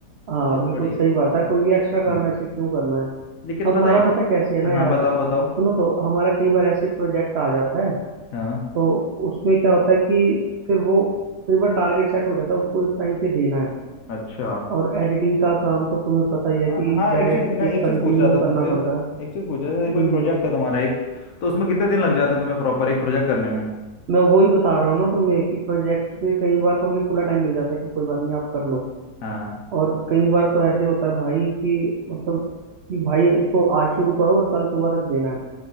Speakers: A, on the right (about 70°); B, on the left (about 65°).
A: हाँ
B: बहुत
A: बिल्कुल
B: बढ़िया
A: सही बात
B: हाँ
A: है कोई भी एक्स्ट्रा काम
B: हाँ।
A: ऐसे क्यों करना है
B: लेकिन
A: अब
B: पता
A: हमारा
B: है
A: पता कैसे है ना यार
B: हाँ बताओ
A: सुनो
B: बताओ
A: तो हमारा कई बार ऐसे प्रोजेक्ट आ जाता है
B: हाँ
A: तो उसमें क्या होता है कि फिर वो कई बार टारगेट सेट हो जाता है उसको इस टाइम पे देना है
B: अच्छा
A: और एडिटिंग का काम तो तुम्हें पता ही है
B: आ,
A: कि
B: हाँ
A: बैठ
B: एक चीज मैं
A: के
B: एक चीज
A: कंटिन्यू
B: पूछ रहा था तुमसे
A: करना पड़ता है
B: एक चीज पूछ रहा था कोई
A: हम्म
B: प्रोजेक्ट
A: हम्म
B: है तुम्हारा एक तो उसमें कितने दिन लग जाते हैं तुम्हें प्रॉपर एक प्रोजेक्ट करने में
A: मैं वही बता रहा हूँ ना तुम्हें कि प्रोजेक्ट पे कई बार तो हमें खुला टाइम मिल जाता है कि कोई बात नहीं आप कर लो
B: हाँ
A: और कई बार तो ऐसे होता है भाई कि मतलब कि भाई इसको आज शुरू करो और कल सुबह तक देना है